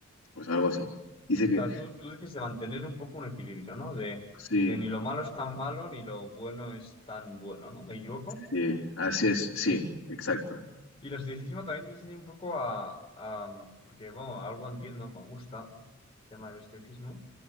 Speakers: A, on the left; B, on the left.
A: o sea, algo así. Dice que,
B: O sea, tú, tú dices de mantener un poco un equilibrio, ¿no? De,
A: sí,
B: de ni lo malo es tan malo ni lo bueno es tan bueno, ¿no? ¿Me equivoco?
A: sí, así es, sí, exacto.
B: Y el estoicismo también te enseña un poco a, a- porque, bueno, algo entiendo, me gusta el tema del estoicismo